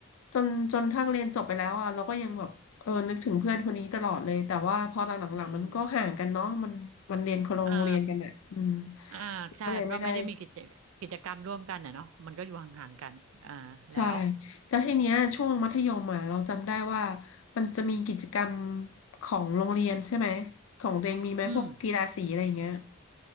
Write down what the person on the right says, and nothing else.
อืมอ่าอ่าใช่ก็ไม่ได้มีกิจกิจกรรมร่วมกันอ่ะเนาะมันก็อยู่ห่างๆกันอ่าแล้ว
อืม